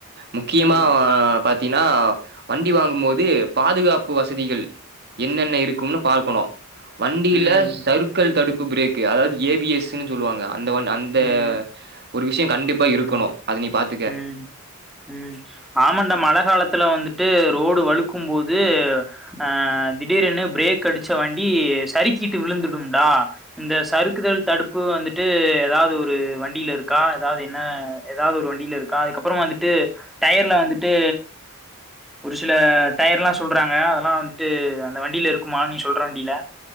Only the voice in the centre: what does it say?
ம்
ம்
ம்
ம்
ம் ம் ஆமான்டா மழ காலத்துல வந்துட்டு அ ரோடு வழுக்கும் போது அ திடீரென பிரேக் அடிச்ச வண்டி சறுக்கிட்டு விழுந்துடும்டா இந்த சறுக்குதல் தடுப்பு வந்துட்டு எதாது ஒரு வண்டிலருக்கா எதாவ்து என்ன எதாவ்து ஒரு வண் டிலருக்கா அதுக்கப்புறொ வந்துட்டு டயர்ல வந்துட்டு ஒரு சில டயர்லா சொல்றாங்க அதெல்லா வன்ட்டு அந்த வண்டில இருக்குமா நீ சொல்ற வண்டில